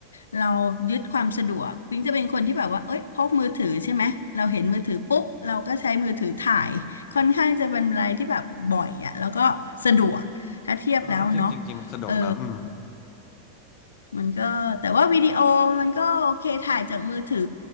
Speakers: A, on the left; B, on the left.
A: เรายึดความสะดวกปิ๊งจะเป็นคนที่แบบว่าเอ้ยพกมือถือใช่ไหมเราเห็นมือถือปุ๊บเราก็ใช้มือถือถ่ายค่อนข้างจะเป็นอะไรที่แบบบ่อยอะแล้วก็สะดวกถ้าเทียบแล้วเนาะ
B: อ่าจริงจริงจริงมันสะดวกนะอืม
A: เออ มันก็แต่ว่าวิดีโอมันก็โอเคถ่ายจากมือถือ